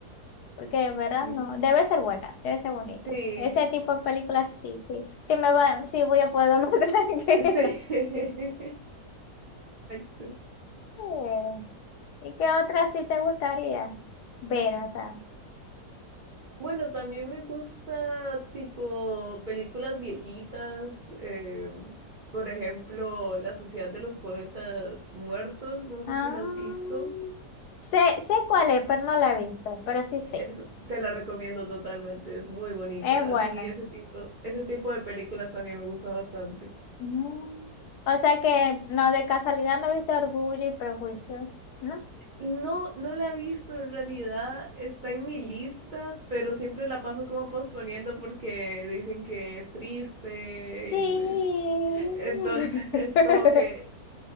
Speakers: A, on the left; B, on the right.
A: Porque de verdad
B: Sí,
A: no, debe ser buena, debe ser bonita.
B: sí,
A: Ese tipo de películas sí, sí. Sí me va, sí voy a poder dormir <laughs> tranquila.
B: sí, <laughs> exacto.
A: Eh, ¿Y qué otra sí te gustaría ver? O sea,
B: Bueno, también me gusta tipo películas viejitas, eh, por ejemplo, La Sociedad de los Poetas Muertos, no sé
A: Ah,
B: si la has visto,
A: sé, sé cuál es, pero no la he visto, pero sí sé.
B: es, te la recomiendo totalmente, es muy bonita,
A: Es buena.
B: así ese tipo, ese tipo de películas también me gusta bastante.
A: Mm. O sea que no, de casualidad no viste Orgullo y Prejuicio, ¿no?
B: No, no la he visto en realidad, está en mi lista, pero siempre la paso como posponiendo porque dicen que es triste
A: Sí.
B: y
A: <laughs>
B: <laughs> entonces como que...